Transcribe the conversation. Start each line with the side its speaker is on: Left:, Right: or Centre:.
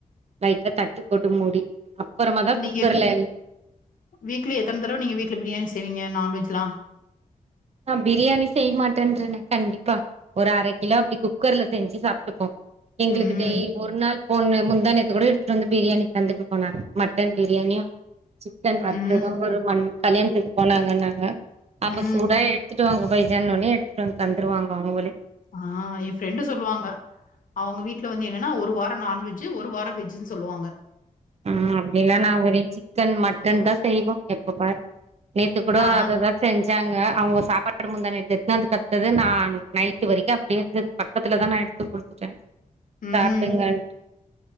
Right: லைட்டா தட்டு போட்டு மூடி அப்புறமா தா
Left: நீங்க
Right: குக்கர்ல
Left: எப்டி வீக்லி எத்தன தடவ நீங்க வீட்ல பிரியாணி செய்வீங்க நாண் வெஜ்லா
Right: நா பிரியாணி செய்ய மாட்டேன்றேனே கண்டிப்பா ஒரு அர கிலோ அப்டி குக்கர்ல செஞ்சு சாப்ட்டுப்போ எங்களுக்கு
Left: ம்.
Right: டெய் ஒரு நாள் போட்ணு முந்தா நேத்து கூட எடுத்துட்டு வந்து பிரியாணி தந்துட்டு போனாங்க மட்டன் பிரியாணியு சிக்கன் வறுத்தது
Left: ம்.
Right: ஒரு மண் கல்யாணத்துக்கு போனாங்கன்னாங்க அப்போஸ்
Left: ம்.
Right: சூடா எடுத்துட்டு வாங்க பைஜான் ஒன்னே எடுத்துட்டு வந்து தந்துடுவாங்க அவுங்களே
Left: ஆ ஏ ஃப்ரெண்டு சொல்லுவாங்க அவுங்க வீட்ல வந்து என்னென்னா ஒரு வார நாண்வெஜ்ஜு ஒரு வார வெஜ்ஜுன்னு சொல்லுவாங்க
Right: ம் அப்டிலா நா ஒரே சிக்கன் மட்டன் தா செய்வோ எப்ப பார் நேத்து கூட
Left: ஆ.
Right: அததா செஞ்சாங்க அவுங்க சாப்பாடு முந்தா நேத்து எடுத்துன்னு வந்து தந்தது நா நைட்டு வரைக்கு அப்டியே இருந்துது பக்கத்துலதா நா எடுத்துக் குடு த்த
Left: ம்.
Right: சாப்டுங்கன்ட்டு